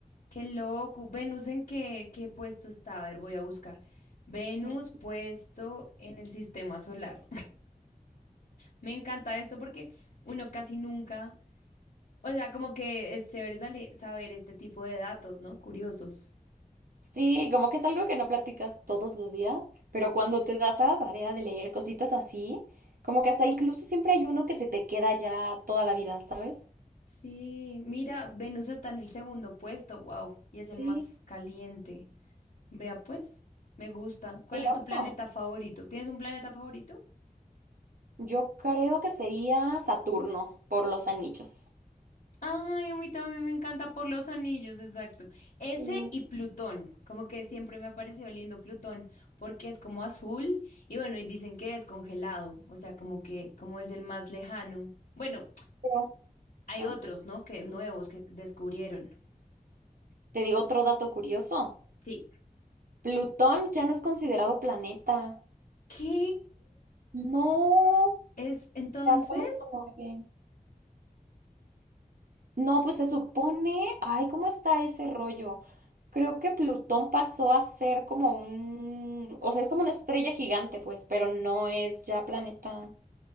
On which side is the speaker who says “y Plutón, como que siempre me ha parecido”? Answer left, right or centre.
Left